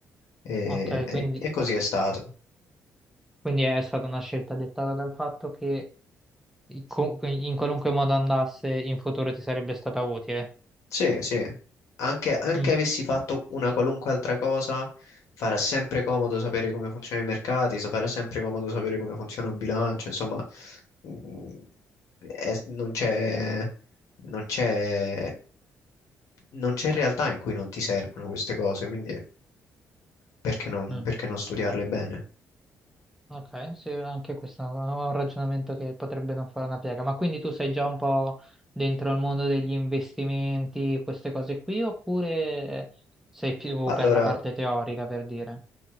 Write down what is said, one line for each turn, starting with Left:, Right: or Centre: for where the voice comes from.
Left: E,
Centre: ok,
Left: e-
Centre: quindi,
Left: e così è stato.
Centre: quindi è stata una scelta dettata dal fatto che co- in qualunque modo andasse in futuro ti sarebbe stata utile.
Left: Sì, sì, anche, anche
Centre: Mm,
Left: avessi fatto una qualunque altra cosa, farà sempre comodo sapere come funzionano i mercati, so- farà sempre comodo sapere come funziona un bilancio, insomma, mm, è- non c'è, non c'è, non c'è realtà in cui non ti servono queste cose, quindi perché non,
Centre: mm.
Left: perché non studiarle bene?
Centre: Ok, sì, anche questo è un ragionamento che potrebbe non fare una piega. Ma quindi tu sei già un po' dentro il mondo degli investimenti, queste cose qui, oppure sei più
Left: Allora,
Centre: per la parte teorica, per dire?